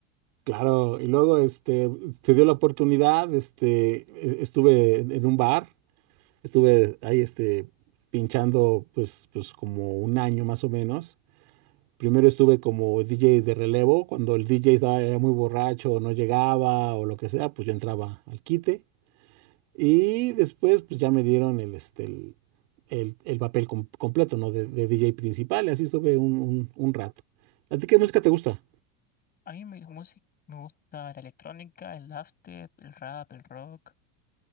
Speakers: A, on the right; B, on the left.
A: claro, y luego, este, se dio la oportunidad, este, e- estuve en en un bar Estuve ahí este, pinchando pues, pues como un año más o menos. Primero estuve como DJ de relevo, cuando el DJ estaba ya muy borracho, no llegaba o lo que sea, pues yo entraba al quite. Y después pues ya me dieron el, este, el, el- el papel com- completo, ¿no? De, de DJ principal, y así estuve un, un- un rato. ¿A ti qué música te gusta?
B: A mí mi música me gusta la electrónica, el dubstep, el rap, el rock,